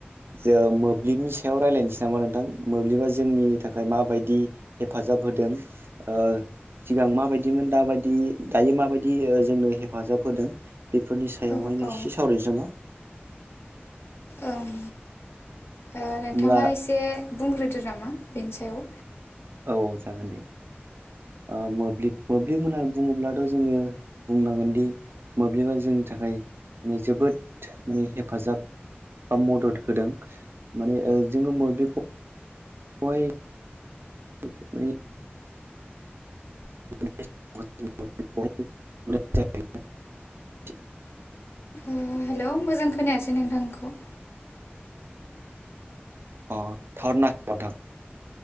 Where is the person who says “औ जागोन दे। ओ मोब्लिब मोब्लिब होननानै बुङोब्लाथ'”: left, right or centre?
Right